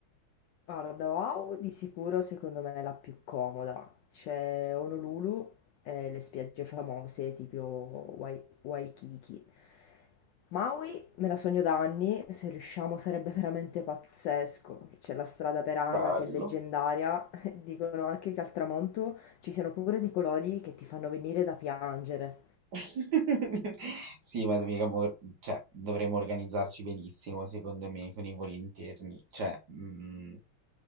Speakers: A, on the left; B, on the right.
A: Guarda, wow, di sicuro secondo me è la più comoda. C'è Honolulu e le spiagge famose tipo Wai- Waikiki. Maui me la sogno da anni, se riusciamo sarebbe veramente pazzesco. C'è la strada Perana
B: bello.
A: che è leggendaria, <laughs> dicono anche che al tramonto ci siano pure dei colori che ti fanno venire da piangere.
B: <laughs> Sì, ma mica mo- cioè, dovremmo organizzarci benissimo, secondo me, con i voli interni. Cioè, mm,